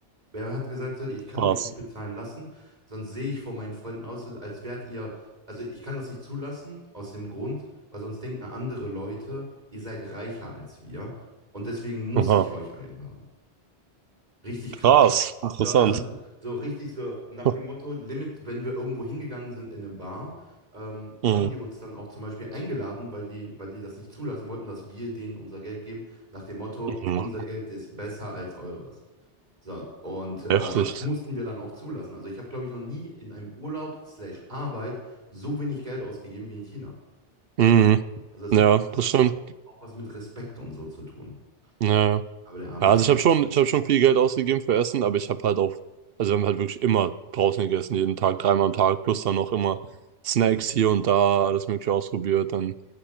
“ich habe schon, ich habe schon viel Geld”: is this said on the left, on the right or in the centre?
Right